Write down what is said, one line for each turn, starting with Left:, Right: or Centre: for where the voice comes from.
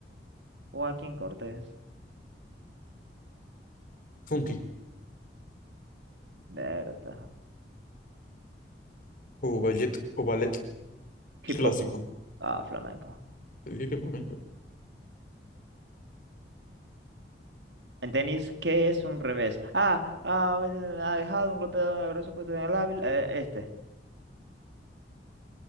Right: Joaquín Cortés.
Left: Funky.
Right: Berta.
Left: O ballet, o ballet
Right: Hip
Left: clásico.
Right: hop. Ah, flamenco.
Left: Te dije que flamenco.
Right: En tenis, ¿qué es un revés? Ah, ah, eh, ha dejado un golpe de brazo puesto en el hábil. eh, este.